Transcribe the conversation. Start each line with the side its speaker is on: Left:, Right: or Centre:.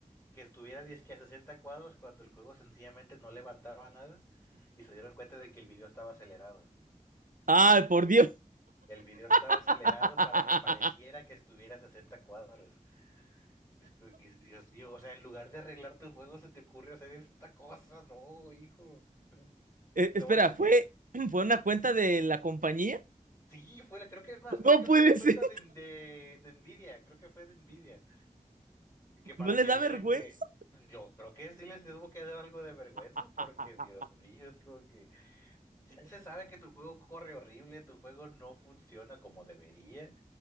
Left: que estuviera dizque a 60 cuadros cuando el juego sencillamente no levantaba nada y se dieron cuenta de que el video estaba acelerado.
Right: Ay, por Dios.
Left: El video estaba
Right: <laughs>
Left: acelerado para que pareciera que estuviera a 60 cuadros. Es como que, Dios mío, o sea, en lugar de arreglar tu juego se te ocurre hacer esta cosa, no, hijo.
Right: Eh,
Left: Lo
Right: espera,
Left: bueno es
Right: ¿fue,
Left: que
Right: <clears throat> fue una cuenta de la compañía?
Left: sí, fue la, creo que es más, creo
Right: No
Left: que
Right: puede
Left: fue la cuenta
Right: ser.
Left: de, de, de Nvidia, creo que fue de Nvidia, que para
Right: ¿No les
Left: que
Right: da
Left: vieran
Right: vergüenza?
Left: que yo creo que sí les tuvo que dar algo de vergüenza
Right: <laughs>
Left: porque Dios mío, es como que Ya se sabe que tu juego corre horrible, tu juego no funciona como debería,